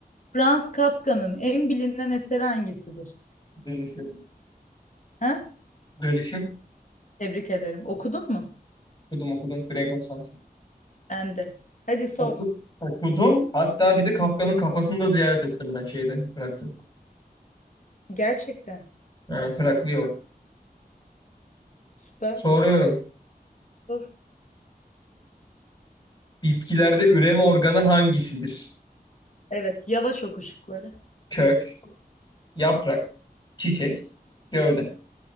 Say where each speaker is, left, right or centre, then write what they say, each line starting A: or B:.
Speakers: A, on the left (about 50°); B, on the left (about 30°).
A: Franz Kafka'nın en bilinen eseri hangisidir?
B: Dönüşüm.
A: Ha?
B: Dönüşüm.
A: Tebrik ederim. Okudun mu?
B: Okudum okudum. Gregor Samsa.
A: Ben de. Hadi sor.
B: Oku, okudum. Hatta bir de Kafka'nın kafasını da ziyaret ettim ben şeyde. Prag'da.
A: Gerçekten.
B: Yani Traklıyor.
A: Süper.
B: Soruyorum.
A: Sor.
B: Bitkilerde üreme organı hangisidir?
A: Evet. Yavaş oku ışıkları.
B: Kök, yaprak, çiçek, gövde.